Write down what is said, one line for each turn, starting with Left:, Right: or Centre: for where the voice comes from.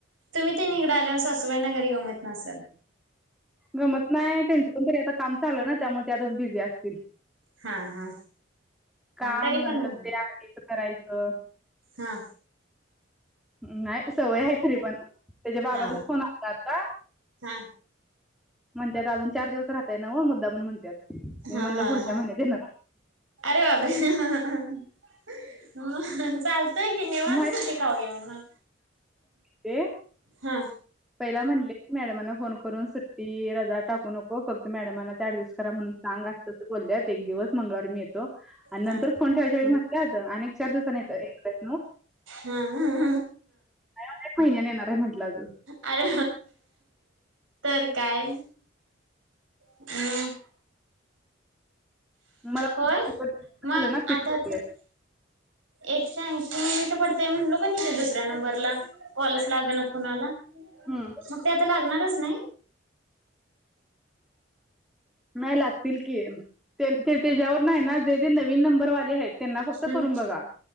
Right: तुम्ही ते निघड आल्या सासुबाईना घरी गमत नसाल
Centre: गमत नाही त्यांच पण तरी आता काम चालू आहे ना त्यामुळे त्यातच बिझी असतील
Right: हा हा
Centre: काम
Right: तरी पण
Centre: नंतर ते आरडीचं करायचं
Right: हा
Centre: नाही सवय आहे तरी पण त्याच्या बाबाचाच
Right: हा
Centre: फोन आत आता
Right: हा
Centre: म्हणतात अजून चार दिवस राहताय नव्ह अस मुद्दामण म्हणतात मी
Right: हा
Centre: म्हणलं
Right: हा
Centre: पुढच्या
Right: हा
Centre: महिन्यात येणार
Right: अरे वापरे ह चालतंय की निवांत
Centre: नाही
Right: सुट्टी खाऊया म्हणाव
Centre: ते
Right: हा
Centre: पहिला म्हणले की मॅडमाना फोन करून सुट्टी रजा टाकू नको फक्त मॅडमाना ते ऍडजस्ट करा म्हणून सांग असत बोलल्यात एक दिवस मंगळार मीे येतो आणि नंतर
Right: हा
Centre: फोन ठेवायच्या वेळी म्हणतात आणि चार दिवसनी येत एकळेस
Right: हम्मम
Centre: अ एक महिन्याने येणार आहे म्हटलं अजं
Right: अरे तर काय म
Centre: मला
Right: होय
Centre: झालं
Right: मग
Centre: ना पित्त
Right: आता
Centre: होतंय.
Right: एकशे ऐंशी मिनिट पड ते म्हण लोक दुसऱ्या नंबरला कॉलच लाग ना कुणाला
Centre: हम्म
Right: मग ते आता लागणारच नाही
Centre: नाही लागतील की ते त्याच्यावर नाही ना जे जे नवीन नंबरवाले आहेत त्यांना
Right: नाही
Centre: फक्त करून बघा